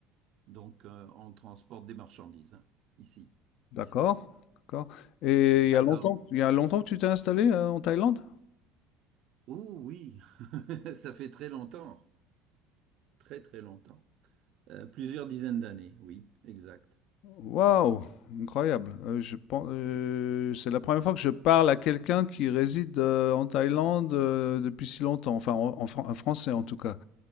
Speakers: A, on the right; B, on the left.
A: Donc euh, on transporte des marchandises hein, ici.
B: D'accord, d'accord. Et il y
A: Ah,
B: a
A: Alors,
B: longtemps, il y a longtemps que tu t'es installé euh, en Thaïlande?
A: oh oui, <laughs> ça fait très longtemps, très très longtemps, Euh, plusieurs dizaines d'années, oui, exact.
B: Waouh, incroyable. Euh, je pen- euh, c'est la première fois que je parle à quelqu'un qui réside euh, en Thaïlande euh, depuis si longtemps. Enfin, en, en Fran- un Français en tout cas.